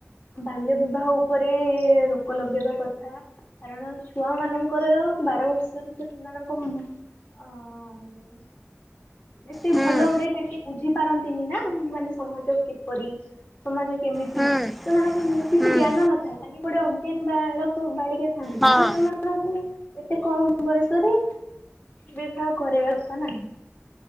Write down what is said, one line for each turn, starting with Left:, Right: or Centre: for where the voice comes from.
Left: ବାଲ୍ୟ ବିବାହ ଉପରେ ରୋକ ଲଗେଇବା କଥା। କାରଣ ଛୁଆମାନଙ୍କର ବାର ବର୍ଷରେ ତ ସେମାନଙ୍କ ଉଁମ୍ ଆ ଆଁମ୍ ଏତେ
Centre: ହୁଁ।
Left: ଭଲଭାବରେ ତାଙ୍କେ ବୁଝି ପାରନ୍ତିନି ନା ମାନେ ସମାଜ କିପରି? ସମାଜ କେମିତି?
Centre: ହୁଁ
Left: ସେମାନଙ୍କ ଉଁ କିଛି
Centre: ହୁଁ
Left: ଜ୍ଞାନ ନଥାଏ। ତାଙ୍କେ ଗୋଟେ ଅଜ୍ଞାନ ବାଳକ ବାଳିକା ଥାଆନ୍ତି
Centre: ହଁ
Left: ତ ସେମାନଙ୍କୁ ଏତେ କମ୍ ବୟସରେ ବିବାହ କରିବା କଥା ନାହିଁ।